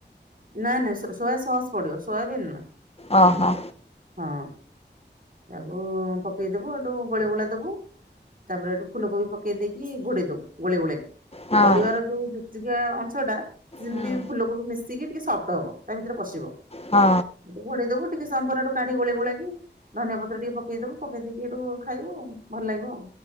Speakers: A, on the right (about 50°); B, on the left (about 35°).
A: ନାଁ ନାଁ ସୋ ସୋୟା ସସ୍ ପଡିବ ସୋୟାବିନ୍ ନୁହଁ।
B: ଓ ହୋ।
A: ହଁ ତାକୁ ପକେଇଦବୁ ହେଠୁ ଗୋଳେଇ ଗୋଳା ଦବୁ। ତାପରେ ହେଠୁ ଫୁଲକୋବି ପକେଇ ଦେଇକି ଘୋଡେଇ ଦବୁ ଗୋଳେଇ ଗୋଳାକି
B: ହଁ
A: ପରିବାର ଯୋଉ ଯୁକଜୁକିଆ ଅଂଶଟା ସେ ଯେମିତି
B: ହଁ
A: ଫୁଲ କୋବି ମିଶିକି ଟିକେ ସଫ୍ଟ ହବ। ତା ଭିତରେ ପଶିବ
B: ହଁ
A: ହେଠୁ ଘଡେ଼ଇ ଦବୁ ଟିକେ ସମପରଠୁ କାଢି ଗୋଳି ଗୋଳାକି ଧନିଆ ପତ୍ର ଟିକେ ପକେଇଦବୁ ପକେଇ ଦେଇକି ହେଠୁ ଖାଇବୁ ଭଲ ଲାଗିବ ଆଉ।